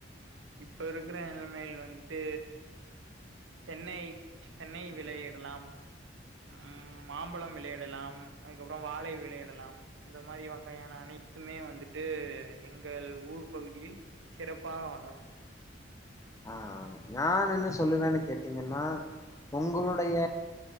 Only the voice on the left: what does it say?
ஆ நான் என்ன சொல்லுவேன்னு கேட்டீங்கன்னா உங்களுடைய